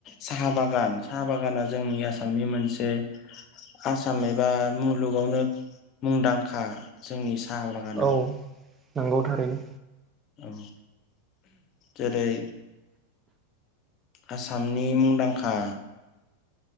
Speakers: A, on the left; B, on the right.
A: साहा बागान साहा बागाना जोंनि आसामनि मोनसे आसाम एबा मुलुगावनो मुंदांखा जोंनि साहा बागाना।
B: औ नंगौ थारैनो।
A: औ, जेरै आसामनि मुंदांखा